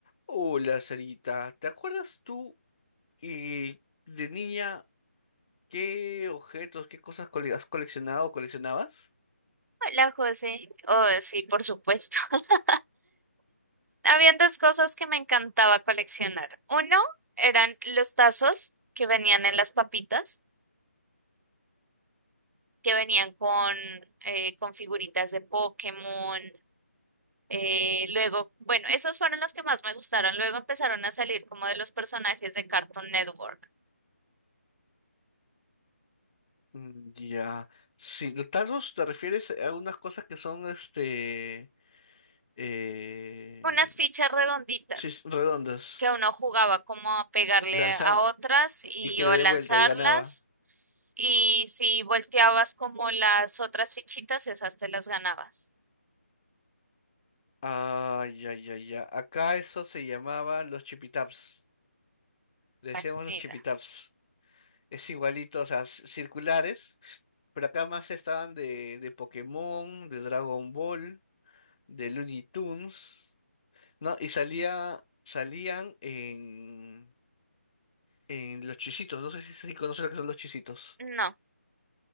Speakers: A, on the left; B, on the right.
A: Hola, Sarita. ¿Te acuerdas tú eh, de niña qué objetos, qué cosas cole- has coleccionado o coleccionabas?
B: Hola, José. Oh, sí, por supuesto. <laughs> Habían dos cosas que me encantaba coleccionar. Uno eran los tazos que venían en las papitas, que venían con, eh, con figuritas de Pokémon. eh, luego, bueno, esos fueron los que más me gustaron. Luego empezaron a salir como de los personajes de Cartoon Network.
A: Mm, Ya. Si de tazos te refieres a algunas cosas que son este eh,
B: Unas fichas redonditas
A: sí, s- redondas.
B: que uno jugaba como a pegarle
A: Lanzan
B: a otras y
A: y que
B: o
A: le dé
B: lanzarlas.
A: vuelta y ganaba.
B: Y si volteabas como las otras fichitas, esas te las ganabas.
A: Ah, ya, ya, ya. Acá eso se llamaba los chipitaps. Le decíamos
B: La comida.
A: los chipitaps. es igualito, o sea, c- circulares, pero acá más estaban de, de Pokémon, de Dragon Ball, de Looney Tunes, ¿no? Y salía, salían en, en Los Chisitos, no sé si, si conoces lo que son Los Chisitos.
B: No,